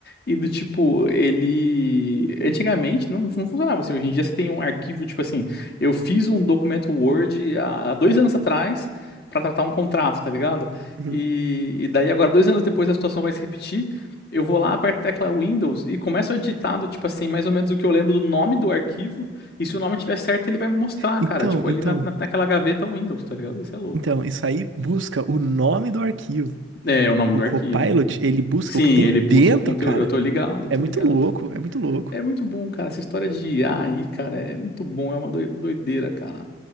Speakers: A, on the left (about 55°); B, on the right (about 85°).
A: e do tipo, ele. Antigamente não, não funcionava assim. Hoje em dia você tem um arquivo, tipo assim, eu fiz um documento Word há, há dois anos atrás pra tratar um contrato, tá ligado?
B: Uhum.
A: E, e daí agora, dois anos depois, a situação vai se repetir. Eu vou lá, aperto a tecla Windows e começo a digitar do tipo assim, mais ou menos o que eu lembro do nome do arquivo. E se o nome tiver certo, ele vai me mostrar,
B: Então,
A: cara. Tipo,
B: então,
A: ali na, na, naquela gaveta Windows, tá ligado? Isso é louco.
B: então, isso aí busca o nome do arquivo.
A: É, é o nome
B: O
A: do
B: Copilot,
A: arquivo.
B: ele busca
A: Sim,
B: o que tem
A: ele
B: dentro,
A: busca o conteúdo.
B: cara.
A: Eu tô ligado, eu
B: É
A: tô
B: muito
A: ligado.
B: louco, é muito louco,
A: É muito bom, cara. Essa história de IA aí, cara, é muito bom. É uma doi- doideira, cara.